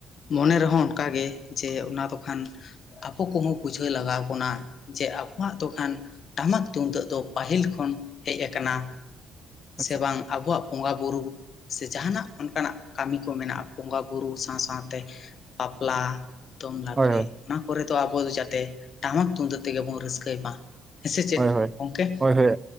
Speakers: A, on the left (about 50°); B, on the right (about 20°).
A: ᱢᱚᱱᱮ ᱨᱮᱦᱚᱸ ᱚᱱᱠᱟᱜ ᱜᱮ ᱡᱮ ᱚᱱᱟ ᱫᱚᱠᱷᱟᱱ ᱟᱵᱚ ᱠᱚᱦᱚᱸ ᱵᱩᱡᱷᱟᱹᱣ ᱞᱟᱜᱟᱣ ᱵᱚᱱᱟ ᱡᱮ ᱟᱵᱚᱣᱟᱜ ᱫᱚᱠᱷᱟᱱ ᱴᱟᱢᱟᱠ ᱛᱩᱢᱫᱟᱹᱜ ᱫᱚ ᱯᱟᱹᱦᱤᱞ ᱠᱷᱚᱱ ᱦᱮᱡ ᱟᱠᱟᱱᱟᱹ
B: ᱟᱪᱪᱷᱟ
A: ᱥᱮ ᱵᱟᱝ ᱟᱵᱚᱣᱟᱜ ᱵᱚᱸᱜᱟ ᱵᱩᱨᱩ ᱥᱮ ᱡᱟᱦᱟᱱᱟᱜ ᱚᱱᱠᱟᱱᱟᱜ ᱠᱟᱹᱢᱤ ᱠᱚ ᱢᱮᱱᱟᱜᱼᱟ ᱵᱚᱸᱜᱟ ᱵᱨ ᱥᱟᱶ ᱥᱟᱶᱛᱮ ᱵᱟᱯᱞᱟ ᱫᱚᱝ ᱞᱟᱜᱽᱲᱮ
B: ᱦᱳᱭ ᱦᱳᱭ
A: ᱚᱱᱟ ᱠᱚᱨᱮ ᱫᱚ ᱟᱵᱚ ᱫᱚ ᱡᱟᱛᱮ ᱴᱟᱢᱟᱠ ᱛᱩᱢᱫᱟ. ᱛᱮᱜᱮ ᱵᱚᱱ ᱨᱟᱹᱥᱠᱟᱹᱭ ᱢᱟ ᱦᱮᱸ ᱥᱮ ᱪᱮᱫ
B: ᱦᱳᱭ ᱦᱳᱭ
A: ᱜᱚᱝᱠᱮ
B: ᱦᱳᱭ ᱦᱳᱭ